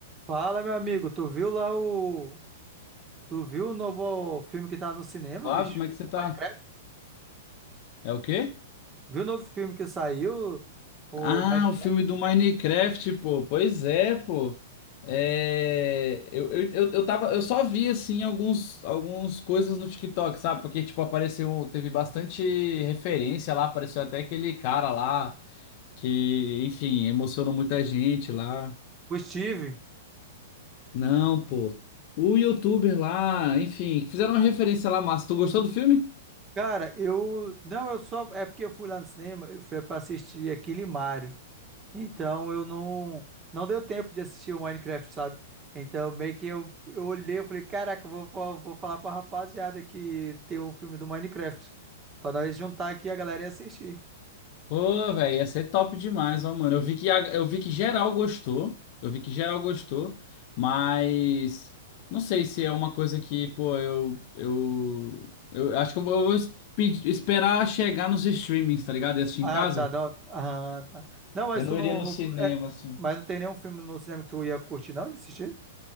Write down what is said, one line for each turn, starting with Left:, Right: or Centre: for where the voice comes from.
Right: Fala, meu amigo, tu viu lá o. Tu viu o novo filme que tá no cinema,
Left: Flávio,
Right: bicho?
Left: como é que você
Right: O
Left: tá?
Right: Minecraft?
Left: É o quê?
Right: Viu o novo filme que saiu? O,
Left: Ah,
Right: Minecraft,
Left: o filme
Right: é
Left: do
Right: sério?
Left: Minecraft, pô. Pois é, pô. É, eu, eu, eu, eu tava, eu só vi, assim, alguns, alguns coisas no TikTok, sabe? Porque, tipo, apareceu, teve bastante referência lá, apareceu até aquele cara lá que, enfim, emocionou muita gente lá.
Right: o Steve.
Left: Não, pô. O youtuber lá, enfim, fizeram uma referência lá, massa. Tu gostou
Right: Uhum.
Left: do filme?
Right: Cara, eu. Não, eu só. É porque eu fui lá no cinema, eu fui pra assistir aquele Mario. Então eu não. Não deu tempo de assistir o Minecraft, sabe? Então meio que eu, eu olhei, eu falei, caraca, eu vou, vou, vou falar pra rapaziada que tem um filme do Minecraft. Pra nós juntar aqui a galera e assistir.
Left: Pô, velho, ia ser top demais, ó, mano. Eu vi que, a- eu vi que geral gostou. Eu vi que geral gostou, mas não sei se é uma coisa que, pô, eu eu, eu acho que eu vou es- pedir- esperar chegar nos streamings, tá ligado? E assistir
Right: Ah,
Left: em casa.
Right: tá. Não, ah, tá. Não, mas
Left: Eu não
Right: tu não,
Left: iria no
Right: não-
Left: cinema,
Right: é,
Left: assim.
Right: mas não tem nenhum filme no cinema que tu ia curtir, não, de assistir?